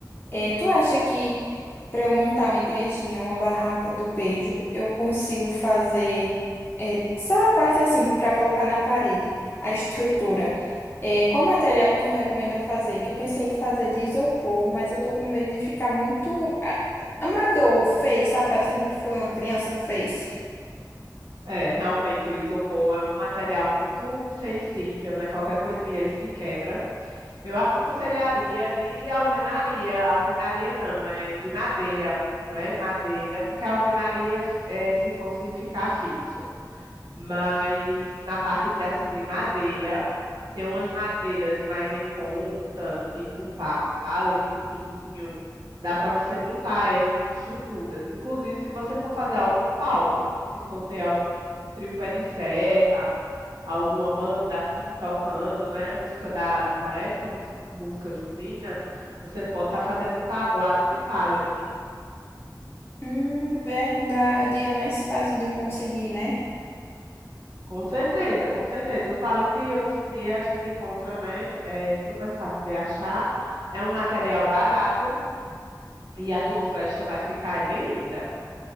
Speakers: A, on the left; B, on the right.
A: É, tu acha que Para eu montar uma igrejinha, uma barraca do beijo, eu consigo fazer é, só a parte assim, para colocar na parede, a estrutura. É, qual material que tu recomenda fazer? Que eu pensei em fazer de isopor, mas eu tô com medo de ficar muito a- amador, feio, sabe? Parecendo que foi uma criança que fez.
B: É, realmente, o isopor é um material muito sensível, né? Qualquer coisinha ele se quebra. Eu aconselharia de alvenaria. Alvenaria não, é de madeira, né? Madeira, porque a alvenaria, é, se fosse ficar fixo. Mas na parte de, assim de madeira, tem umas madeiras mais em conta, tipo pallet, pinho, dá para você montar essas estruturas. Inclusive, se você for fazer algum palco, se for ter algum trio pé de serra, alguma banda assim tocando, né, música da, da época, música, música junina, você pode estar fazendo um tablado de pallet.
A: Hum, verdade, é mais fácil de conseguir, né?
B: Com certeza, com certeza. O pallet hoje em dia a gente encontra, né? É super fácil de achar. É um material barato e a tua festa vai ficar aí bem linda.